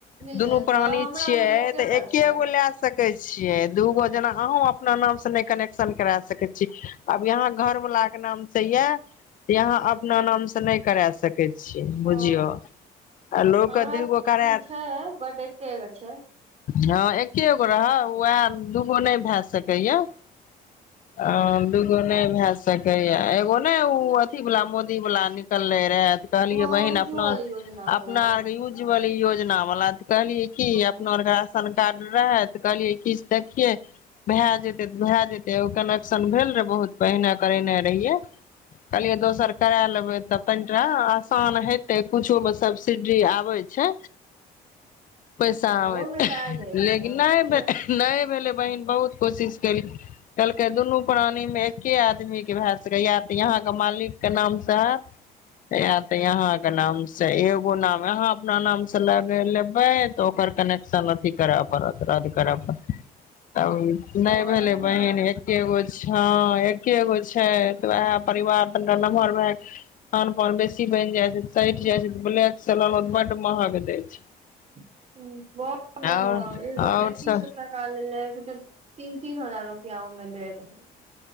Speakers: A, on the right (about 40°); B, on the left (about 50°).
A: मिलले
B: दुनू प्राणी
A: तऽ हमरा
B: छिये
A: भी एकेटा
B: त एकेगो
A: छै
B: ले सक छिये दूगो जेना अहूं अपना नाम से नहि कनेक्शन करा सके छी आब यहाँ घर वाला के नाम से या यहाअपना नाम से नहि करा सक सै छियै बुझियौ
A: ओ
B: आ लोकके
A: हमरा
B: दू गो कराय
A: भी छै बट एके गो छै
B: हँ एके गो रहउ उहै दूगो नहि भए सकैए आ
A: ओ
B: दूगु ने भे सकै या एगो ने ओ अथी वाला मोदी वाला नुकलइ रे कहलियौ
A: हँ
B: बहिन
A: उज्ज्वल
B: अपना
A: योजना वला
B: अपना आर अर के युजिबल न <unintelligible> कहलियै की
A: हँ
B: अपना आरके राशन कार्ड रहैत कहलियै किछु देखियै भए जेतै तऽ भए जेतै एगो कनेक्शन भेल रहै बहुत पहिने करेने रहियै कहलियै दोसर करा लेबै तऽ कनिटा आसान हेतै कुछोमे सब्सिडी आबै छै पैसा
A: हँ
B: आबइ
A: ओहिमे तऽ आ जाइ छै
B: लेकिन
A: हँ
B: नहि नहि भेलै बहिन बहुत कोशिश केल कहलकै दुनू प्राणी मे एके आदमी के भए सकैयए तऽ अहां के मालिक के नाम स हतै या त अहां के नाम से एगो नाम यहाँ अपन नाम से लग लेबे तऽ ओकर कनेक्शन अथी करे पड़त रह कराब तब नहि
A: ओ
B: भेलै
A: एना
B: बहिन
A: बोलही
B: एकेगो हँ एके गो छै तऽ उएह परिवार तनिटा नमहर भए कऽ खान पान बेसी बनि जाइ छै सठि जाइ छै ब्लैक से लेलहुँ तऽ बड्ड महग दै छै
A: हं बड़ महग
B: आओर आओर
A: एक्किस
B: सब
A: सॅ टॉका लेलक <unintelligible> तीन तीन हजार रुपआोमें देत <inaudible>